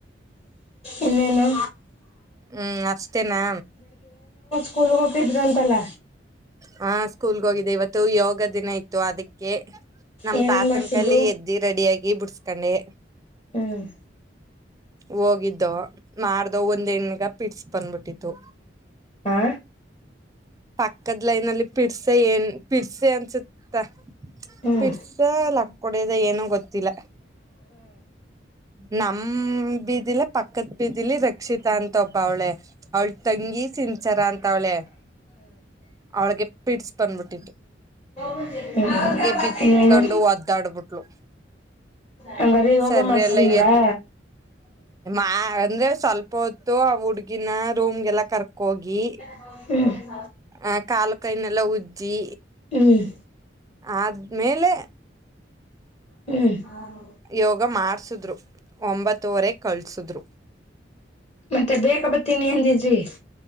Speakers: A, on the left; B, on the right.
A: ಇನ್ನೇನು
B: ಹ್ಮ್ ಅಷ್ಟೇನಾ
A: ಸ್ಕೂಲ್ ಹೋಗಿದ್ರಂತಲ್ಲ
B: ಹಾ ಸ್ಕೂಲ್ಗೆ ಹೋಗಿದೆ ಇವತ್ತು ಯೋಗ ದಿನ ಇತ್ತು ಅದಕ್ಕೆ ನಮ
A: ಏನೇನ್
B: ತಾತನ್
A: ಮಾಡ್ಸಿದ್ರು
B: ಕಲ್ಲಿ ಎದ್ದಿ ರೆಡಿಯಾಗಿ ಬಿಡ್ಸ್ಕೊಂಡೆ
A: ಹ್ಮ್
B: ಹೋಗಿದ್ದ ಮಾಡ್ದ ಒಂದ್ ಹೆಣಗ ಪಿಡ್ಸ್ ಬಂದ್ಬಿಟ್ಟಿತ್ತು
A: ಹಾ
B: ಪಕ್ಕದ್ ಲೈನ್ಲ್ಲಿ ಪಿಡ್ಸ ಏನ್ ಪಿರ್ಸೆ ಅನ್ಸುತ್ತ
A: ಹ್ಮ್
B: ಪಿರ್ಸ ಲಕ್ಕ ಕೊಡದ ಏನೋ ಗೊತ್ತಿಲ್ಲ ನಮ ಬೀದಿಲ ಪಕ್ಕತ್ ಬೀದಿಲಿ ರಕ್ಷಿತಾ ಅಂತ ಒಬ್ಬ ಅವಳೆ ಅವಳ ತಂಗಿ ಸಿನ್ಚಾರ ಅಂತ ಅವಳೆ ಅವಳಿಗೆ ಪೀಡ್ಸ್ ಬಂದ್ಬಿಟ್ಟಿು
A: ಹ್ಮ
B: ಬಿತ್ಕೊಂಡು
A: ಇನ್ನನ್ನು
B: ಒದ್ದಾಡ್ಬಿಟ್ಲು
A: ಹಂಗಾರ ಯೋಗ
B: ಸರಿ
A: ಮಾಡಸ್ರಿಲ್ವಾ
B: ಎಲ್ಲ ಎದ್ ಮಾ ಅಂದ್ರೆ ಸ್ವಲ್ಪ ಹೊತ್ತು ಆ ಹುಡ್ಗಿನ ರೂಮಗೆಲ್ಲಾ ಕರ್ಕೋಗಿ
A: ಹ್ಮ್
B: ಆ ಕಾಲು ಕೈನೆೆಲ್ಲ ಉಜ್ಜಿ.
A: ಹ್ಮ್.
B: ಆದ್ಮೇಲೆ
A: ಹ್ಮ್
B: ಯೋಗ ಮಾಡಾರ್ಸಿದ್ರು ಒಂಬತ್ತುವರೆ ಕಳ್ಸಿದ್ರು
A: ಮತ್ತೆ ಬೇಗ ಬತ್ತೀನಿ ಎಂದಿದ್ರಿ